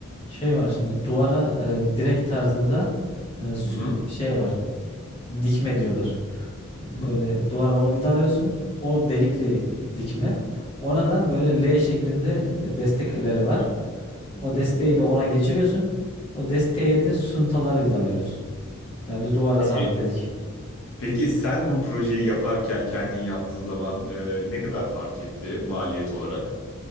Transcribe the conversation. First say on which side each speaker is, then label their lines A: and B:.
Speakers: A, on the left (about 25°); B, on the left (about 65°).
A: Şey var şimdi duvara e, direkt tarzında e, sü-
B: Hı hı.
A: şey var. dikme diyorlar.
B: Hı hı.
A: Böyle duvara onu vidalıyorsun. O delikli dikme. Ona da böyle L şeklinde destekleri var.
B: Hı
A: O
B: hı.
A: desteği de ona geçiriyorsun. O desteğe de suntaları vidalıyoruz. Yani biz duvara
B: Peki
A: sabitledik.
B: peki sen bu projeyi yaparken kendin yaptığın zaman e, ne kadar fark etti maliyet olarak?